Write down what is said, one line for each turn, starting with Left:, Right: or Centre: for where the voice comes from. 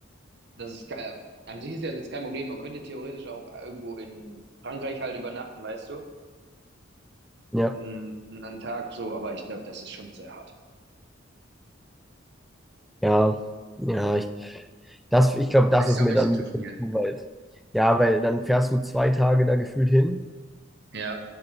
Right: das ist, ke- an sich ist das jetzt kein Problem. Man könnte theoretisch auch irgendwo in Frankreich halt übernachten, weißt du?
Centre: Ja.
Right: mh, einen Tag so, aber ich glaube, das ist schon sehr hart.
Centre: Ja, ja, ich Das, ich glaube, das
Right: Ist
Centre: ist
Right: doch
Centre: mir
Right: ein bisschen
Centre: dann
Right: zu
Centre: ein bisschen
Right: viel.
Centre: zu weit. Ja, weil dann fährst du zwei Tage da gefühlt hin,
Right: Ja.